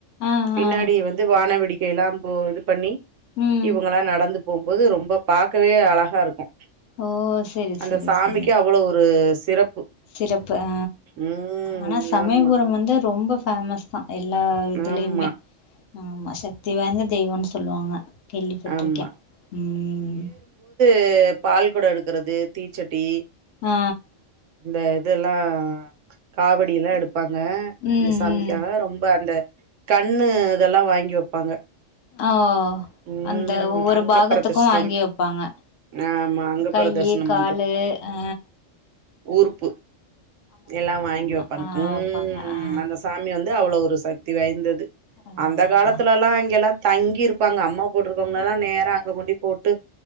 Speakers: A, on the left (about 75°); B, on the right (about 70°).
A: ஆ
B: பின்னாடி
A: ஆ
B: வந்து வானவேடிக்கை எல்லா இது பண்ணி
A: ம்
B: இவுங்களா நடந்து போம்போது ரொம்ப பாக்கவே அழகா இருக்கோ
A: ஓ செரி
B: அந்த
A: செரி
B: சாமிக்கு
A: செரி
B: அவ்ளோ ஒரு சிறப்பு
A: சிறப்பு ஆ
B: ம்
A: ஆனா சமயபுரம்
B: ஆமா
A: வந்து ரொம்ப ஃபேமஸ்தா எல்லா இதுலேயுமே
B: ஆமா
A: ஆமா சக்தி வாய்ந்த தெய்வம்னு சொல்லுவாங்க கேள்விப்பட்டிருக்கே
B: ஆமா
A: ம்
B: வந்து பால் கொடோ எடுக்குறது தீச்சட்டி
A: ஆ
B: இந்த இதுல்லா காவடி எல்லா எடுப்பாங்க
A: ம்
B: அந்த சாமிக்காக
A: ம்
B: ரொம்ப அந்த கண்ணு இதுல்லா வாங்கி வெப்பாங்க
A: ஓ
B: ம்
A: அந்த ஒவ்வோரு
B: அங்க
A: பாகத்துக்கோ
B: பிரதர்ஷனம்
A: வாங்கி வெப்பாங்க
B: ஆமா அங்க
A: கையு
B: பிரதர்ஷனம்
A: காலு அ
B: ஊர்ப்பு எல்லா வாங்கி வெப்பாங்க
A: ஆ
B: ம்
A: வெப்பாங்க ஆ
B: அந்த சாமி வந்து அவ்ளோ ஒரு சக் தி வாய்ந்தது
A: அதா
B: அந்த
A: அதா
B: காலத்துலலா
A: அதா
B: இங்கெல்லா தங்கி இருப்பாங்க அம்மாப் போட்ருக்கவுங்கலலா நேரா அங்க கொண்டி போட்டு